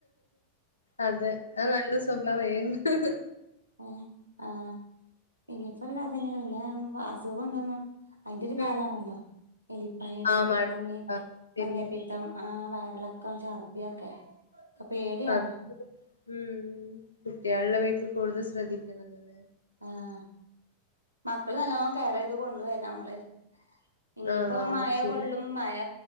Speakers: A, on the left; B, on the right.
A: അതെ അത് നല്ല സ്വഭാവാ ഏഹ് -
B: ഏഹ് ആഹ് ഇനിയിപ്പൊ ഒരു കഥേനെ പിന്നാ അസുഖൊന്നൊ ന്നും. അയ്ന്റൊരു
A: ഉം.
B: കാലാണല്ലൊ എലിപ്പനി, ഡങ്കിപ്പനി,
A: ആഹ് മഴ ആഹ് ശരിയാ.
B: മഞ്ഞപ്പിത്തം, ആഹ് വയറിളക്കം, ചർദ്ദിയൊക്കെ ഒക്കെ പേട്യാണ്.
A: അതെ. ഉം കുട്ട്യാളുള്ള വീട്ടിൽകൂടുതൽ ശ്രദ്ധിക്കണം ന്നല്ലെ
B: ആഹ് മക്കളെ നല്ലോണം കെയറെയ്ത് കൊണ്ട്വരാ നമ്മള്. ഇനിയിപ്പം
A: ആഹ്
B: മയ
A: ശരി.
B: കൊള്ളും മയ